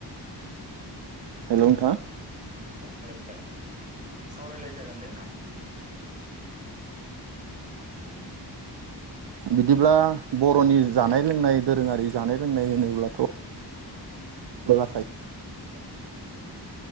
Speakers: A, on the right (about 70°); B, on the right (about 20°).
A: हेलौ नोंथां।
B: <unintelligible> सावराय लायजागोन दे नोंथां।
A: बिदिब्ला बर'नि जानाय लोंनाय दोरोङारि जानाय लोंनाय होनोब्लाथ' <unintelligible>
B: औ